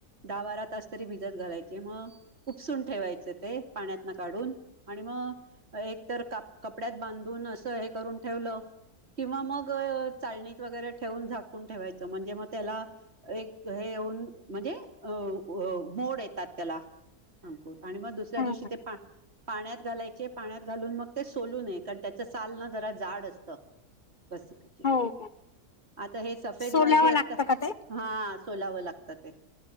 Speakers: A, on the right (about 40°); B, on the left (about 35°).
A: दहा-बारा तास तरी भिजत घालायचे म उपसून ठेवायचे ते पाण्यातनं काढून आणि म एक तर क कपड्यात बांधून असं हे करून ठेवलं किंवा मग चाळणीत वगैरे ठेवून झाकून ठेवायचं म्हणजे म त्याला एक हे येऊन म्हणजे अ अ मोड येतात त्याला अंकूर. आणि मग दुसऱ्या
B: हो
A: दिवशी
B: हो
A: ते पा पाण्यात घालायचे पाण्यात घालून मग ते सोलूू नये कारण त्याचं साल ना जरा जाड असतं. <unintelligible>
B: हो हो.
A: हे सफेद
B: सोलावं
A: वाल जे असतात,
B: लागतं का ते
A: हा सोलावं लागता ते